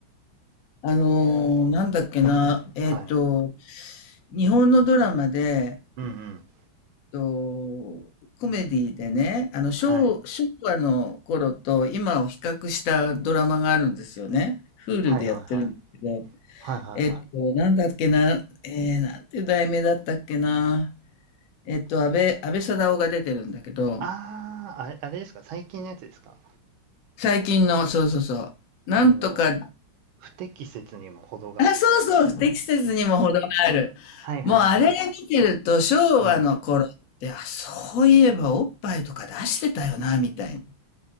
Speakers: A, on the left; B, on the right.
A: あのーなんだっけな、えっと、
B: はい。
A: 日本のドラマで、
B: うんうん。
A: と、コメディでね、あの昭、
B: はい。
A: 昭和の頃と今を比較したドラマがあるんですよね。Hulu
B: はいはいはい。
A: でやってるんですけど、
B: はいはいはい。
A: えっと、なんだっけな、えー、なんていう題名だったっけな、えっと、安倍、安倍貞夫が出てるんだけど、
B: ああ、あれ、あれですか、最近のやつですか。
A: 最近の、そうそうそう、なんとか
B: あの、不適切にも程があるし。
A: <laughs> あ、そうそう、不適切にも程がある。
B: はいはいはい。
A: もうあれ見てると、昭和の頃って、
B: うん。
A: あ、そういえばおっぱいとか出してたよな、みたいな。